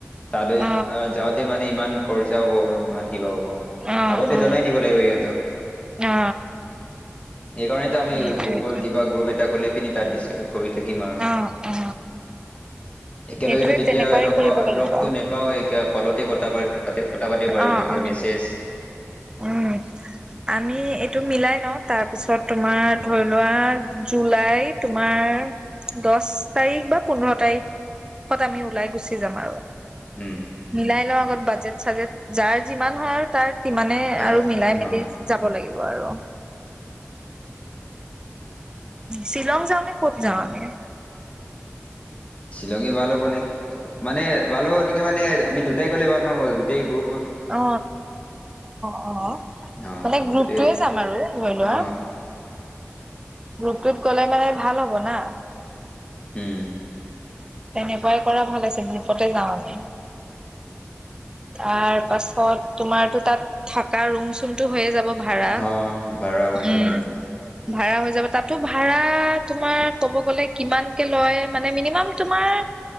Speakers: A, on the left; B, on the right.
A: তালৈ
B: অ
A: যাওঁতে মানে ইমান খৰচা হব ইমান কিবা হ'ব
B: অ
A: আগতে
B: অ
A: জনাই দিব লাগিব সিহঁতক
B: অ
A: এইকাৰণেতো আমি
B: সেইটোৱেটো
A: গ্ৰুপৰ কিবা গ্ৰুপ এটা কলে' পিনি তাত দিছে কৰি থাকিম আৰু
B: অ অ
A: একেলগেতো
B: সেইটোৱে
A: কেতিয়া
B: তেনেকুৱাই
A: লগ
B: কৰিব
A: পাওঁ
B: লাগিব
A: লগতো নেপাও কলতে কঠা পাতি কথা পাতিব পাৰিব
B: অ
A: তেতিয়া
B: অ
A: মেছেজ
B: উম আমি এইটো মিলাই লওঁ তাৰপিছত তোমাৰ ধৰি লোৱা জুলাই তোমাৰ দহ তাৰিখ বা পোন্ধৰ তাৰিখত আমি ওলাই গুচি যাম আৰু
A: উম
B: মিলাই লওঁ ত বাজে চাগে যাৰ যিমান হয় আৰু তাৰ সিমানে
A: তাৰ
B: আৰু মিলাই
A: হ
B: মেলি যাব লাগিব বাৰু শ্বিলং যাওনে ক'ত যাওঁ আমি
A: শ্বিলঙী ভাল হ'ব নেকি মানে বাল হ' নেকি মানে আমি দুটাই ক'লে ভাল নহয় গোটেই গ্ৰুপ
B: অ অ অ অ
A: অ
B: মানে গ্ৰুপটয়ে
A: গোটেই
B: যাম আৰু ধৰি লোৱা।
A: অ
B: গ্ৰুপটোত গ'লে মানে ভাল হ'ব না
A: উম
B: তেনেকুৱাই কৰা ভাল আছিল গ্ৰ্যপতে যাওঁ আমি তাৰ পাছত তোমাৰতো তাত থকা ৰুম চুমটো হৈয়ে যাব ভাড়া
A: হ ভাড়া হৈ
B: উম।
A: যাব সেইটো
B: ভাড়া হৈ যাব তাতো ভাড়া তোমাৰ ক'ব গ'লে কিমানকে লয় মানে মিনিমাম। তোমাৰ